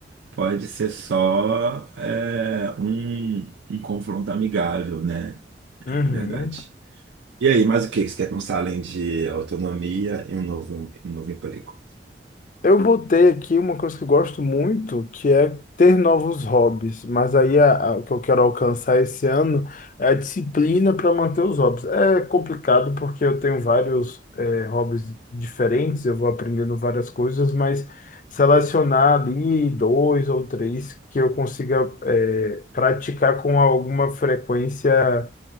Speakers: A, on the right (about 90°); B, on the left (about 45°).
A: pode ser só é, um, um confronto amigável, né?
B: uhum.
A: É verdade. E aí, mais o que que você quer pensar além de autonomia e um novo, um novo emprego?
B: Eu botei aqui uma coisa que eu gosto muito, que é ter novos hobbies. Mas aí a- a- o que eu quero alcançar esse ano é a disciplina para manter os hobbies. É complicado porque eu tenho vários eh, hobbies diferentes, eu vou aprendendo várias coisas, mas selecionar ali dois ou três que eu consiga eh, praticar com alguma frequência